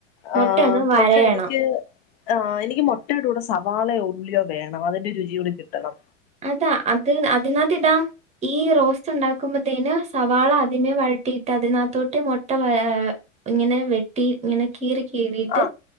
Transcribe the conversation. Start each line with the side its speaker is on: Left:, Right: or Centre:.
Right: മുട്ട
Left: ആ
Right: ഒന്ന് വരയണം
Left: പക്ഷെ എനിക്ക് ആ എനിക്ക് മുട്ടയുടെ കൂടെ സവാളയോ ഉള്ളിയോ വേണം അതിന്റെ രുചിയും കൂടി കിട്ടണം
Right: അതാ അത് അതിനകത്ത് ഇടാം ഈ റോസ് ഉണ്ടാക്കുമ്പോത്തേന് സവാള അതിമേ വഴട്ടിയിട്ട് അതിനകത്തോട്ട് മുട്ട ഇങ്ങനെ വെട്ടി ഇങ്ങനെ കീറി കീറിയിട്ട്
Left: ആ